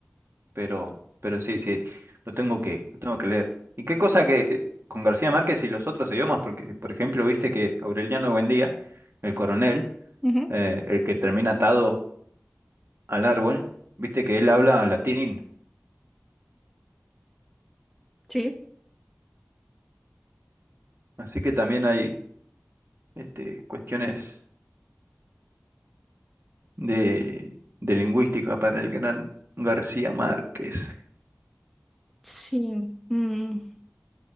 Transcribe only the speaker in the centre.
Ujú,
Sí.
Sí. mm.